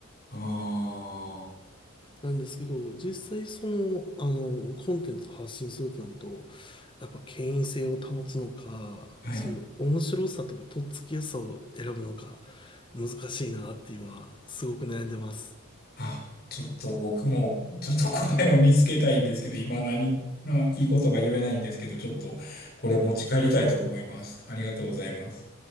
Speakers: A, on the left; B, on the left.
A: ああ、
B: なんですけど、実際その、あの、コンテンツを発信するとなると、やっぱ権威性を保つのか、
A: はい。
B: そういう面白さとかとっつきやすさを選ぶのか、難しいなって今、すごく悩んでます。
A: あちょっと僕も、ちょっと答えを見つけたいんですけど、今何、ないいことが言えないんですけど、ちょっとこれ持ち帰りたいと思います。ありがとうございます。